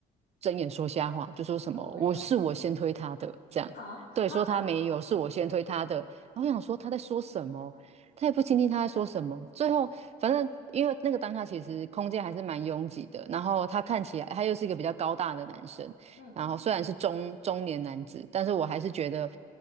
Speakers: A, on the right; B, on the left.
A: 睁眼说瞎话，就说什么我是我先推他的，
B: 说我没有，
A: 这样对，
B: 好好，
A: 说他没有，是我先推他的。然后我想说他在说什么，他也不听听他在说什么。最后反正因为那个当下其实空间还是蛮拥挤的，然后他看起来他又是一个比较高大的男生，
B: 嗯
A: 然后虽然是中中年男子，但是我还是觉得，